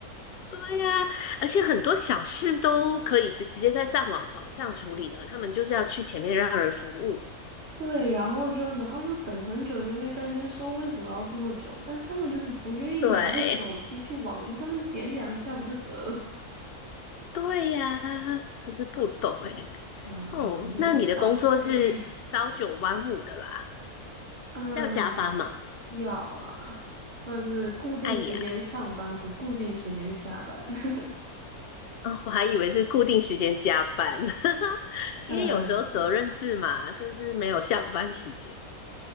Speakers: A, on the left; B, on the right.
A: 对呀，而且很多小事都可以直接在上网网上处理的，他们就是要去前面让人服务。
B: 对，然后就，然后又等很久，就会在那边说为什么要这么久，但他们就是不愿意拿着手机去网银上面点两下不就得了。
A: 对对呀，就是不懂哎。
B: 啊，
A: 哦，
B: 可能有一些长辈，
A: 那你的工作是朝九晚五的啦，
B: <laughs> 嗯，
A: 是要加班嘛？
B: 要啊，算是固定时间上班，
A: 哎呀，
B: 不固定时间下班。<laughs>
A: 哦我还以为是固定时间加班，<laughs> 因为有时候责任制嘛，
B: 嗯，对，
A: 就是没有下班时间。